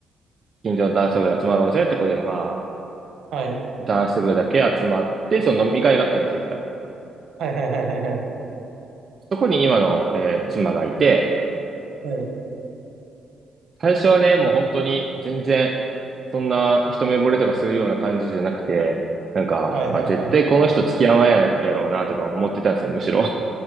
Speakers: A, on the right; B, on the right.
A: 近所のダンス部で集まろうぜってことで、まあ、
B: はい。
A: ダンス部だけ集まって、その飲み会があったんですよ、一回。
B: はいはいはいはいはい。
A: そこに今の、えー妻がいて、
B: はい。
A: 最初はね、もう本当に全然、そんな一目惚れとかするような感じじゃなくて、なんか、
B: はいはいはい。
A: あ、絶対この人付き合わなややろうなとか思ってたんですよ、むしろ。